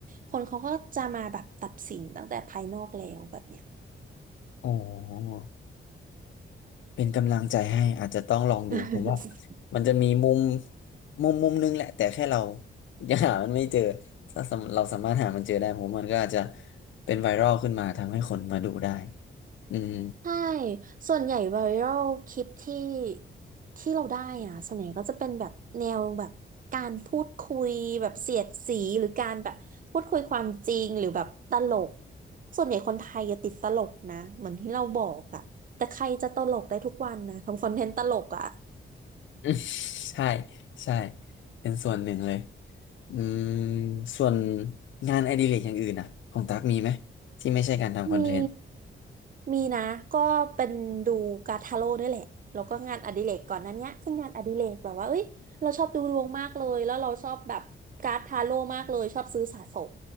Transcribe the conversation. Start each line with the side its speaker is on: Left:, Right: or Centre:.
Right: คนเขาก็จะมาแบบตัดสินตั้งแต่ภายนอกแล้วแบบเนี้ย
Left: อ๋อ เป็นกำลังใจให้อาจจะต้องลองดูผมว่า
Right: <laughs>
Left: มันจะมีมุมมุมมุมนึงแหละแต่แค่เรายังหามันไม่เจอถ้าสำเราสามารถหามันเจอได้ผมว่ามันก็อาจจะเป็นไวรัลขึ้นมาทำให้คนมาดูได้อืม
Right: ใช่ส่วนใหญ่ไวรัลคลิปที่ที่เราได้อ่ะส่วนใหญ่ก็จะเป็นแบบแนวแบบการพูดคุยแบบเสียดสีหรือการแบบพูดคุยความจริงหรือแบบตลก ส่วนใหญ่คนไทยจะติดตลกนะเหมือนที่เราบอกอ่ะแต่ใครจะตลกได้ทุกวันนะทำคอนเทนต์ตลกอ่ะ
Left: <laughs> ใช่ใช่เป็นส่วนหนึ่งเลยอืมส่วนงานอดิเรกอย่างอื่นอ่ะของตั๊กมีไหมที่ไม่ใช่การทำคอนเทนต์
Right: มีมีนะก็เป็นดูการ์ดทาโร่นี่แหละแล้วก็งานอดิเรกก่อนหนั้นเนี้ยเป็นงานอดิเรกแบบว่าเอ้ยเราชอบดูดวงมากเลยแล้วเราชอบแบบการ์ดทาโร่มากเลยชอบซื้อสะสม